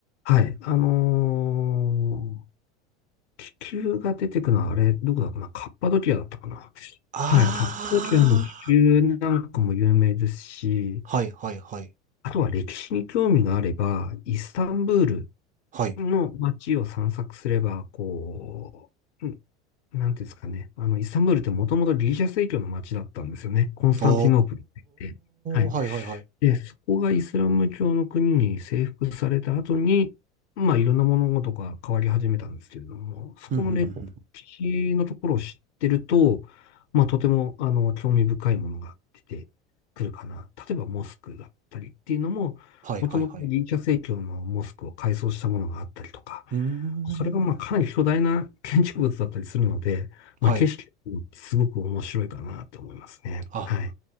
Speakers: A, on the left; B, on the right.
A: はい。あのー気球が出てくのは、あれ、どこだかなカッパドキアだったかな
B: あ
A: はい。カッパドキアの気球なんかも有名ですし、
B: ー、はいはいはい。
A: あとは歴史に興味があれば、イスタンブール
B: はい。
A: の街を散策すれば、こう、なんていうんですかね。あの、イスタンブールってもともとギリシャ正教の街だったんですよね。コンスタンティノープルって言って。
B: おー、
A: はい。
B: おー、はいはいはい。
A: で、そこがイスラム教の国に征服された後に、まあいろんな物事が変わり始めたんですけれども、そこの歴史のところを知ってると、
B: うんうんうんうん。
A: まあとてもあの興味深いものが出てくるかな。例えばモスクだったりっていうのも、
B: はいはいはい。
A: もともとギリシャ正教のモスクを改装したものがあったりとか、
B: うーん。
A: それがまあかなり巨大な建築物だったりするので、まあ景色もすごく面白いかなと思いますね。
B: はい。あ
A: はい。